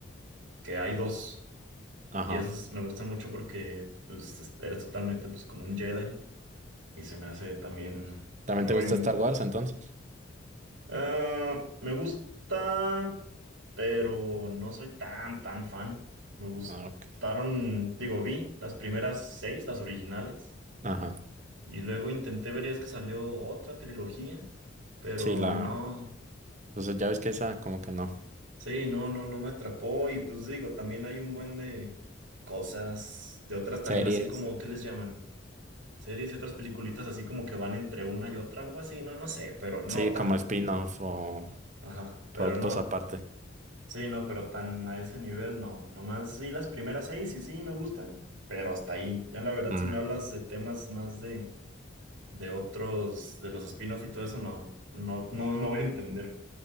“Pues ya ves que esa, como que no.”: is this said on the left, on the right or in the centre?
Right